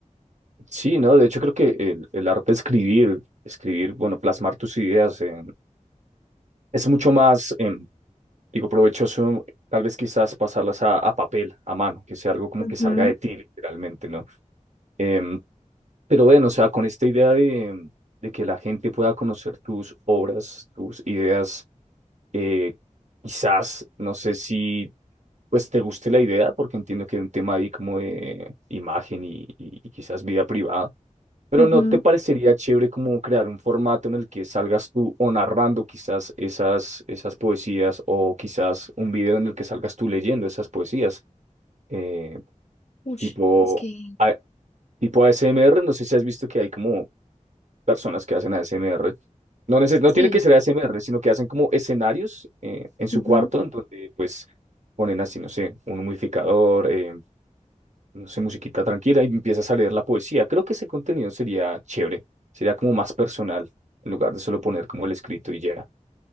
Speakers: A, on the right; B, on the left.
A: Sí, ¿no? De hecho, creo que el, el arte de escribir, escribir, bueno, plasmar tus ideas, eh, Es mucho más, em, digo, provechoso, tal vez quizás pasarlas a, a papel, a mano, que sea algo como
B: Ujú,
A: que salga de ti, literalmente, ¿no? Em, pero bueno, o sea, con esta idea de, em, de que la gente pueda conocer tus obras, tus ideas, eh, quizás, no sé si, pues, te guste la idea, porque entiendo que es un tema ahí como de imagen y, y y quizás vida privada pero
B: ujú.
A: ¿no te parecería chévere como crear un formato en el que salgas tú o narrando quizás esas, esas poesías o quizás un video en el que salgas tú leyendo esas poesías? Eh,
B: Ush,
A: tipo,
B: es que
A: a- tipo ASMR, no sé si has visto que hay como personas que hacen ASMR. No, neces- no
B: sí,
A: tiene que ser ASMR, sino que hacen como escenarios eh, en su
B: ujú.
A: cuarto en donde pues ponen así, no sé, un humidificador, eh, no sé, musiquita tranquila y empiezas a leer la poesía. Creo que ese contenido sería chévere, sería como más personal, en lugar de solo poner como el escrito y ya.